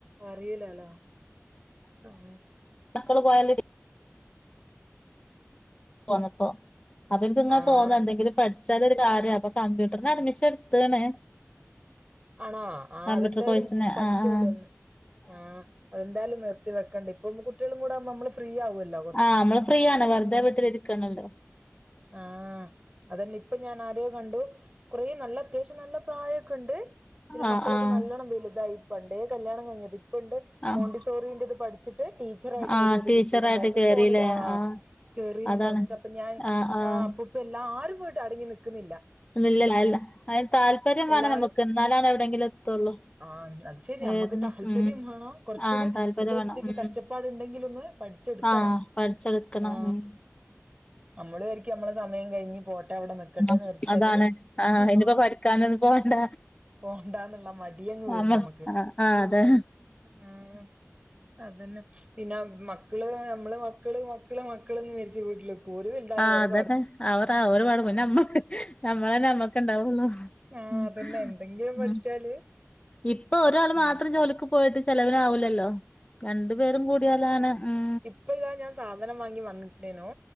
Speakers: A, on the right; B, on the left.
A: അറിലല്ലോ ആഹ്
B: ന്നക്കൾ പോയാല് തോന്നപ്പോ അപ്പൊ എനിക്ക് ഇങ്ങ
A: ആഹ്
B: തോന്ന എന്തെങ്കിലും പഠിച്ചാലൊരു കാര്യം അപ്പൊ കമ്പ്യൂട്ടറിന് അഡ്മിഷൻ എടുത്ത്ണ്
A: ആണാ ആ
B: കമ്പ്യൂട്ടർ
A: അതെന്തായാലും
B: കോഴ്സിന്
A: പഠിച്ചോളൂ
B: ആഹ് ആഹ്
A: ഒന്ന് ആഹ് അതെന്തായാലും നിർത്തി വെക്കണ്ട പെൺ കുട്ടികളും കൂടാവുമ്പോ നമ്മൾ ഫ്രീ ആവുല്ല
B: ആഹ് അമ്മള് ഫ്രീ ആണ് വെറുതെ വീട്ടിലിരിക്കാണല്ലോ
A: ആഹ് അതന്നെ ഇ ഇപ്പൊ ഞാൻ ആരെയോ കണ്ടു കുറേ നല്ല അത്യാവശ്യം നല്ല പ്രായൊക്കെണ്ട് പിന്നെ
B: ആഹ്
A: മക്കളൊക്കെ
B: ആഹ്
A: നല്ലോണ്ണം വലുതായി പണ്ടേ കല്യാണം കഴിഞ്ഞത് ഇപ്പണ്ട്
B: ആഹ്
A: മോണ്ടി സോറീന്റെത് പഠിച്ചിട്ട് ടീ ചിറായിട്ട്
B: ആഹ്
A: എവിടെയത്
B: ടീച്ചറായിട്ട്
A: കിട്ടിന്നും പറഞ്ഞു
B: കേറില്ലേ
A: ഫോണിൽ ആ
B: ആഹ്
A: കേറിന്നും
B: അതാണ്
A: പറഞ്ഞിട്ട് അപ്പൊ ഞാൻ
B: ആഹ് ആഹ്
A: ആ അപ്പൊ ഇപ്പൊ ആരും പോ അടങ്ങിനിക്കുന്നില്ല
B: ഓ ഇല്ല അല്ല അതിന് താല്പര്യം
A: എല്ലാരും
B: വേണം നമുക്ക് എന്നാലാണ് എവിടെയെങ്കിലും എത്തുള്ളൂ
A: ആഹ് അത് ശരിയാ
B: വേദന
A: നമ്മുക്ക് താല്പര്യം
B: ഉം
A: വേണം കൊറച്ചൊരു
B: ആഹ് താല്പര്യം
A: ഇതെടുത്തിട്ട്
B: വേണം ഉം
A: കഷ്ടപ്പാടുണ്ടെങ്കിലൊന്ന് പഠിച്ചെടുക്കണം
B: ആഹ് പഠിച്ചെടുക്കണം
A: ആ
B: ഉം
A: നമ്മള് വിചാരിക്കും നമ്മളെ സമയം കഴിഞ്ഞ പോട്ടെ ട്ട അവിടെ നിക്കട്ടെന്ന്
B: ആഹ്
A: വിചാരിച്ചാല്
B: അതാണ്
A: അഹ്
B: ആഹ് ഇനിപ്പോ പഠിക്കാനൊന്നും പോവണ്ട
A: പോണ്ടന്നുള്ള മടിയങ്ങ് വരും
B: നമ്മൾ
A: ഞമ്മക്ക്
B: ആഹ് ആഹ് അതെ
A: അഹ് അതന്നെ പിന്നെ മ മക്കള് നമ്മള് മക്കള് മക്കള് മക്കളൊന്നും കരുതി വീട്ടില്ക്കോ ഓര് വലുതായാ
B: ആഹ്
A: ഓരേ
B: അതന്നെ അവർ അവരെ പാട് പോവും നമ്മളന്നെ നമ്മക്ക് ഇണ്ടാവുള്ളു
A: ആഹ്
B: ഉം
A: അതന്നെ എന്തെങ്കിലും
B: ഉം
A: പഠിച്ചാല്
B: ഇപ്പൊ ഒരാള്
A: ഉം
B: മാത്രം ജോലിക്ക് പോയിട്ട് ചെലവിനാവൂലല്ലോ രണ്ടു പേരും കൂടിയാലാണ് ഉം
A: ഇപ്പൊ ഇതാ ഞാൻ സാധനം വാങ്ങി വന്നിട്ടേനോ